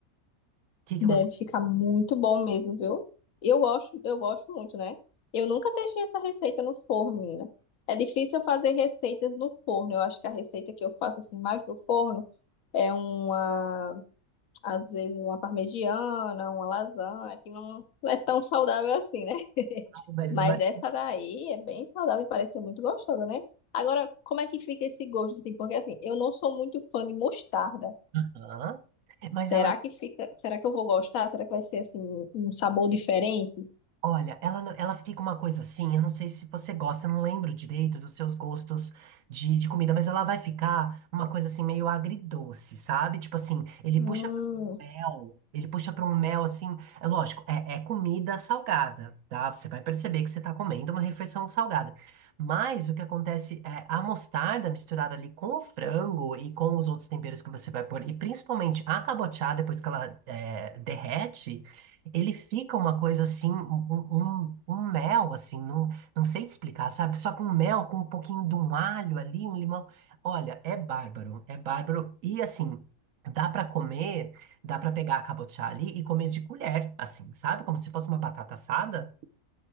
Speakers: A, on the right; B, on the left.
A: que que
B: Deve
A: você faz?
B: ficar muito bom mesmo, viu? Eu gosto, eu gosto muito, né? Eu nunca testei essa receita no forno, menina. É difícil eu fazer receitas no forno. Eu acho que a receita que eu faço assim mais no forno é uma, às vezes uma parmegiana, uma lasanha, que não, não é tão saudável assim, né? <laughs>
A: Mas,
B: Mas
A: mas,
B: essa daí é bem saudável e parece ser muito gostosa, né? Agora, como é que fica esse gosto assim? Porque assim, eu não sou muito fã de mostarda.
A: Aham. Mas
B: Será
A: ela
B: que fica, será que eu vou gostar? Será que vai ser assim um sabor diferente?
A: Olha, ela, não- ela fica uma coisa assim, eu não sei se você gosta, eu não lembro direito dos seus gostos de, de comida, mas ela vai ficar uma coisa assim meio agridoce, sabe? Tipo assim, ele
B: Hum,
A: puxa para mel, ele puxa para um mel assim, é lógico, é, é comida salgada, tá? Você vai perceber que você está comendo uma refeição salgada. Mas o que acontece é a mostarda misturada ali com o frango e com os outros temperos que você vai pôr, e principalmente a cabotiá, depois que ela é, derrete. Ele fica uma coisa assim, um, um- um um mel, assim, não, não sei te explicar, sabe? Só com mel, com um pouquinho de um alho ali, um limão. Olha, é bárbaro, é bárbaro. E assim, dá pra comer, dá pra pegar a cabotiá ali e comer de colher, assim, sabe? Como se fosse uma batata assada.